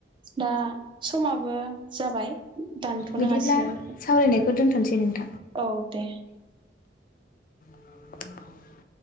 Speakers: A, on the right; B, on the left.
A: दा समाबो जाबाय दानथनो
B: बिदिब्ला
A: हासिगोन।
B: सावरायनायखौ <unintelligible>
A: औ दे।
B: <unintelligible>